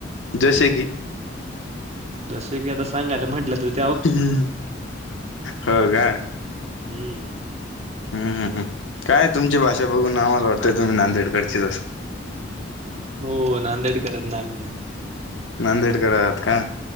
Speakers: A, on the left (about 80°); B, on the right (about 35°).
A: जैसे की?
B: जस की आता सांगायला म्हटलं त
A: हम्म हो का
B: हम्म
A: हम्मम काय तुमची भाषा बघून आम्हाला वाटतंय तुम्ही नांदेडकडचीच अस
B: हो नांदेडकर आहेत ना आम्ही
A: नांदेडकर आहात का